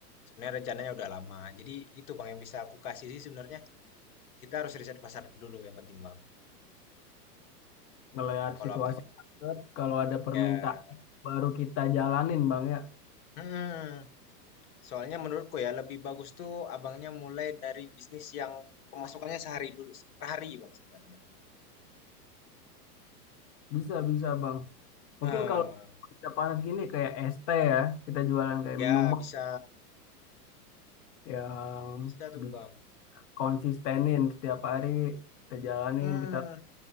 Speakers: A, on the left; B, on the left.
A: Sebenarnya rencananya udah lama. Jadi itu, Bang, yang bisa aku kasih sih sebenarnya kita harus riset pasar dulu yang penting, Bang.
B: ngelihat
A: Kalau
B: situasi
A: abangnya
B: market, kalau ada permintaan
A: ya
B: baru kita jalanin Bang ya.
A: Hmm, soalnya menurutku ya lebih bagus tuh abangnya mulai dari bisnis yang pemasukannya sehari dulu, per hari bang sebenarnya.
B: Bisa, bisa Bang. Mungkin
A: Nah,
B: kalau kita panas gini kayak es teh ya, kita jualan kayak
A: ya
B: minuman
A: bisa
B: yang
A: bisa tuh
B: bi-
A: Bang.
B: konsistenin setiap hari, kita jalanin,
A: Hmm,
B: kita